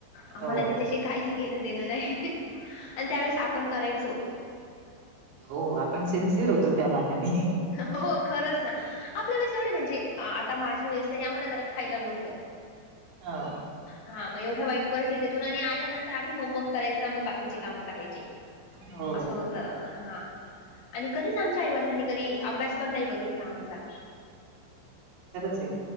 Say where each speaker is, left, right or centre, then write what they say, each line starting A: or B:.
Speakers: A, on the left; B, on the right.
A: आम्हाला
B: हो
A: त्याच्याशी काहीच घेणं देणं नाही आणि त्यावेळेस आपण करायचो.
B: हो आपण सेनसिअर होतो. त्या मनानी.
A: हो खरंच ना. आपल्या वेळेस एवढे म्हणजे आता माझ्या वेळेस तरी आम्हाला घरात खायला नव्हतं.
B: हा,
A: हा मग एवढ्या वाईट परिस्थितीतून आणि आल्यानंतर आधी होमवर्क करायचा मग बाकीची काम करायची.
B: हो
A: असं होत हा आणि कधीच आमच्या आई वडलांनी कधी अभ्यास पण नाही बघितला आमचा.
B: खरंच आहे